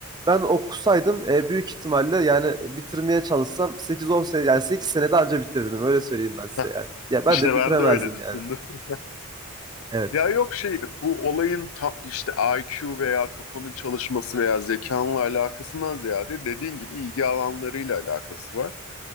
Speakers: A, on the right; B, on the left.
A: ben okusaydım e, büyük ihtimalle yani bitirmeye çalışsam 8-10 sene yani 8 senede anca bitirirdim öyle söyleyeyim ben size
B: Heh, <laughs>
A: yani. Ya ben
B: İşte
A: de
B: ben
A: bitiremezdim
B: de öyle düşündüm.
A: yani.
B: <laughs>
A: Evet.
B: Ya yok şey bu olayın ta, işte IQ veya kafanın çalışması veya zekanla alakasından ziyade dediğin gibi ilgi alanlarıyla alakası var.